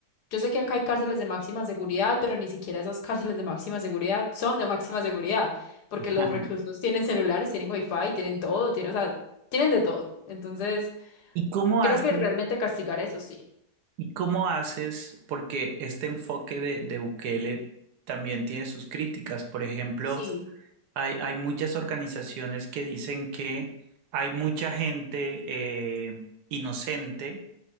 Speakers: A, on the left (about 75°); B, on the right (about 75°).
A: Yo sé que acá hay cárceles de máxima seguridad, pero ni siquiera esas cárceles de máxima seguridad son de máxima seguridad, porque los
B: Ajá.
A: reclusos tienen celulares, tienen wifi, tienen todo, tienen, o sea, tienen de todo. Entonces,
B: ¿Y cómo
A: creo
B: haces?
A: que realmente castigar eso sí.
B: ¿Y cómo haces? Porque este enfoque de, de Bukele también tiene sus críticas. Por ejemplo,
A: Sí,
B: hay, hay muchas organizaciones que dicen que hay mucha gente eh, inocente